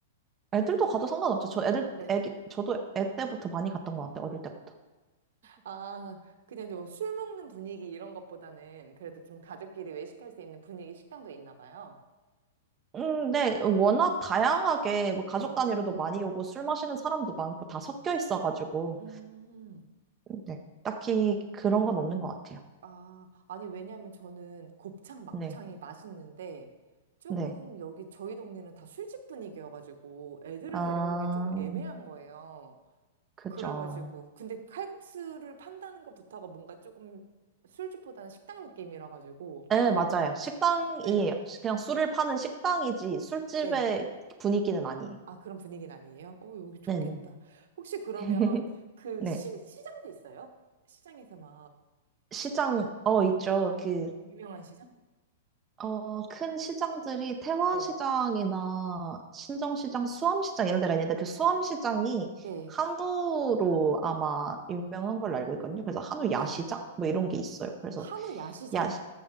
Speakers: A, on the right; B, on the right.
A: 애들도 가도 상관없죠. 저 애들,
B: 네.
A: 애기, 저도 애 때부터 많이 갔던 것 같아요, 어릴 때부터.
B: 아, 그냥 뭐 술 먹는 분위기 이런 것보다는 그래도 좀 가족끼리 외식할 수 있는 분위기 식당도 있나 봐요.
A: 음, 네, 워낙 다양하게 뭐 가족
B: 네.
A: 단위로도 많이 오고 술 마시는 사람도 많고 다 섞여 있어가지고,
B: 음,
A: 네, 딱히 그런 건 없는 것 같아요.
B: 아, 아니, 왜냐면 저는 곱창, 막창이
A: 네.
B: 맛있는데 조금
A: 네.
B: 여기 저희 동네는 다 술집 분위기여가지고 애들을
A: 아,
B: 데려가기에 조금 애매한 거예요.
A: 그죠.
B: 그래가지고 근데 칼국수를 판다는 것부터가 뭔가 조금 술집보다는 식당 느낌이라 가지고
A: 네,
B: 뭔
A: 맞아요. 식당이에요.
B: 네.
A: 그냥 술을 파는 식당이지 술집의
B: 네.
A: 분위기는 아니에요.
B: 아, 그런 분위기는 아니에요? 어, 여기 좋겠다.
A: 네네.
B: 혹시 그러면
A: <laughs>
B: 그
A: 네.
B: 시, 시장도 있어요? 시장에서 막
A: 시장, 어,
B: 네.
A: 있죠. 그,
B: 유명한 시장?
A: 어, 큰 시장들이 태화시장이나
B: 네.
A: 신정시장, 수암시장 이런 데가 있는데 그 수암시장이
B: 네.
A: 한우로 아마 유명한 걸로 알고 있거든요. 그래서 한우
B: 네.
A: 야시장? 뭐 이런 게 있어요. 그래서
B: 한우 야시장?
A: 야,